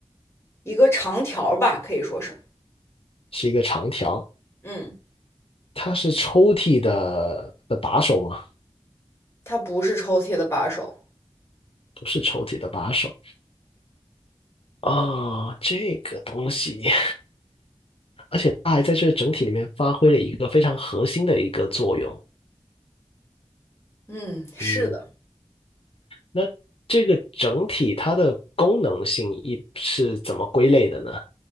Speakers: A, on the left; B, on the left.
A: 一个长条儿吧，可以说是，
B: 是一个长条？
A: 嗯，
B: 它是抽屉的的把手吗？
A: 它不是抽屉的把手。
B: 不是抽屉的把手啊，这个东西，<laughs> 而且它还在这个整体里面发挥了一个非常核心的一个作用。
A: 嗯，是的，
B: 嗯，那这个整体它的功能性一是怎么归类的呢？